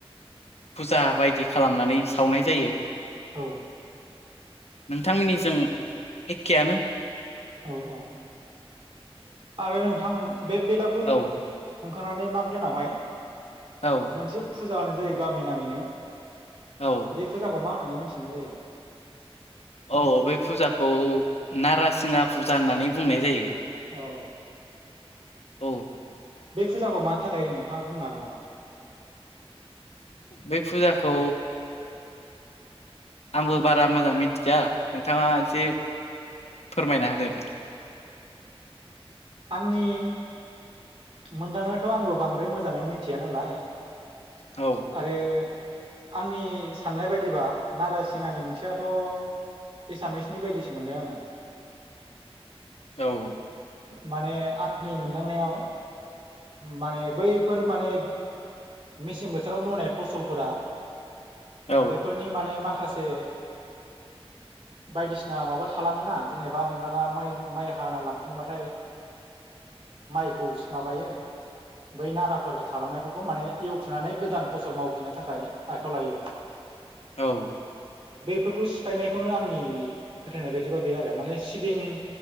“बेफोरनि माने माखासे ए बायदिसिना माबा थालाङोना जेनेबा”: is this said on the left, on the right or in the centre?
Right